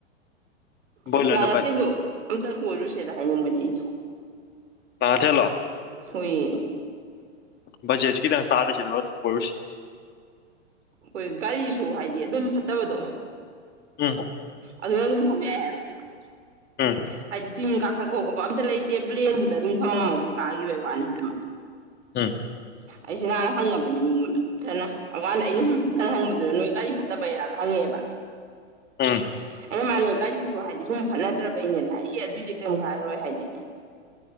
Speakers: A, on the left; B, on the right.
A: ꯕꯣꯏꯂꯔꯅ
B: ꯑꯁ ꯂꯥ ꯌꯥꯊꯦꯜꯗꯨꯣ
A: ꯐꯩ
B: ꯑꯝꯇ ꯀꯣꯏꯔꯨꯁꯦꯅ ꯍꯥꯏꯅꯤꯡꯕꯅꯦ ꯑꯩꯁꯦ
A: ꯁꯥ ꯊꯦꯂꯣ
B: ꯍꯣꯏ
A: ꯕꯖꯦꯠꯁꯤꯦ ꯈꯤꯇꯪ ꯇꯥꯂꯁꯤꯗ ꯄꯔꯨꯁ
B: ꯍꯣꯏ ꯒꯥꯔꯤꯁꯨ ꯍꯥꯏꯗꯤ ꯑꯗꯨꯝ ꯐꯠꯇꯕꯗꯣ
A: ꯎꯝ
B: ꯑꯗꯨ ꯑꯗꯨꯝ ꯊꯧꯕ ꯌꯥꯏ ꯍꯥꯏꯕ
A: ꯎꯝ
B: ꯍꯥꯏꯗꯤ ꯆꯤꯡ ꯀꯥꯈꯠ ꯈꯣꯠ ꯈꯠꯄ ꯑꯝꯇ ꯂꯩꯇꯦ ꯄ꯭ꯂꯦꯟꯗꯨꯗ ꯑꯗꯨꯝ ꯐꯝꯃꯝꯃꯒ ꯀꯥꯈꯤꯕꯒꯤ ꯋꯥꯅꯤ ꯍꯥꯏꯕ ꯎ
A: ꯎ
B: ꯑꯩꯁꯤꯅꯥꯥꯟ ꯍꯪꯉꯕꯅꯤ ꯃꯤꯉꯣꯟꯗ ꯀꯨꯞꯊꯅ ꯑꯗꯨꯀꯥꯟꯗ ꯑꯩꯅ ꯁꯨꯝ ꯀꯨꯞꯊꯅ ꯍꯪꯕꯗꯨꯗ ꯅꯣꯏ ꯒꯥꯔꯤ ꯐꯠꯇꯕꯩꯔꯥꯗ ꯍꯪꯉꯦꯕ
A: ꯎꯝ
B: ꯑꯩꯅ ꯃꯥꯥꯟꯂ ꯒꯥꯔꯤꯁꯨ ꯍꯥꯏꯗꯤ ꯁꯨꯝ ꯐꯅꯗ꯭ꯔꯕꯩꯅꯦꯅ ꯏ ꯑꯗꯨꯑꯣꯏꯗꯤ ꯀꯩꯝ ꯀꯥꯏꯔꯣꯏ ꯍꯥꯏꯅꯤ